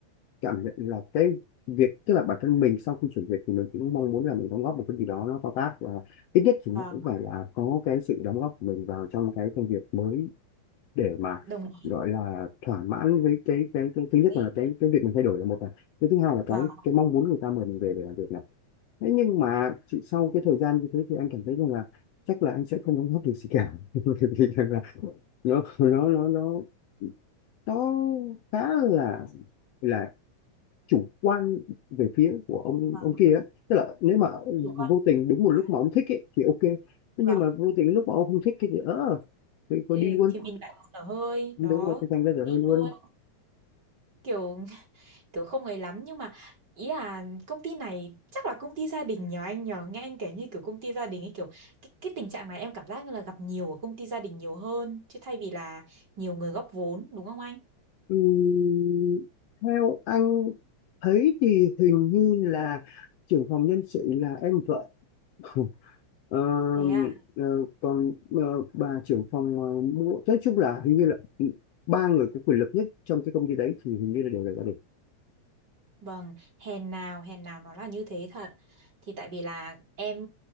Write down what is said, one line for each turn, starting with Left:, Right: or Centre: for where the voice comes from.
Left: cảm nhận là cái việc tức là bản thân mình sau khi chuyển việc thì mình cũng mong muốn là mình đóng góp một cái gì đó nó to tát và ít nhất thì nó
Right: vâng
Left: cũng phải là có cái sự đóng góp của mình vào trong cái công việc mới để mà
Right: đồng ý
Left: gọi là thỏa mãn với cái cái cái thứ nhất
Right: Đấy,
Left: là cái cái việc mình thay đổi là một này cái thứ hai là
Right: vâng
Left: cái cái mong muốn người ta mời mình về để làm việc này thế nhưng mà chị sau cái thời gian như thế thì anh cảm thấy rằng là chắc là anh sẽ không đóng góp được gì cả <laughs> thì rằng là nó nó nó nó nó khá là là chủ quan về phía của ông
Right: vâng
Left: ông kia ấy. tức là nếu mà
Right: chủ quan
Left: vô tình đúng một lúc
Right: cả.
Left: mà ông thích ấy, thì ok Thế
Right: vào
Left: nhưng mà vô tình lúc mà ông không thích cái gì ờ thì có
Right: thì,
Left: đi luôn
Right: thì mình lại thở hơi
Left: đúng
Right: đó
Left: rồi thì thành ra rồi
Right: đi
Left: hơi luôn
Right: luôn kiểu kiểu không ấy lắm nhưng mà ý là công ty này chắc là công ty gia đình nhờ anh nhờ nghe anh kể như kiểu công ty gia đình ấy kiểu cái, cái tình trạng này em cảm giác như là gặp nhiều ở công ty gia đình nhiều hơn chứ thay vì là nhiều người góp vốn đúng không anh
Left: Ừm, theo anh thấy thì hình như là trưởng phòng nhân sự là em vợ <laughs> Ờ,
Right: thế à
Left: ờ, còn ờ, bà trưởng phòng ờ, mua nói chung là hình như là ừ, ba người có quyền lực nhất trong cái công ty đấy thì hình như là đều là gia đình
Right: Vâng, hèn nào hèn nào nó là như thế thật. Thì tại vì là em